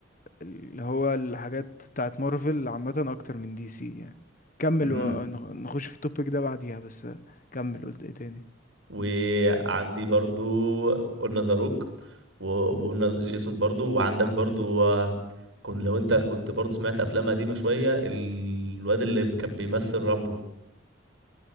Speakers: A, on the left; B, on the right.
A: اللي هو الحاجات بتاعت مارفل عامه اكتر من دي سي يعني كمل
B: امم
A: ونخش في التوبيك ده بعديها بس كمل قلت ايه تاني
B: وعندي برضو قلنا زاروك و- وقلنا جيسون برضو وعندك برضو آه، كن لو انت كنت برضو سمعت افلام قديمة شوية الواد اللي كان بيمثل رامبو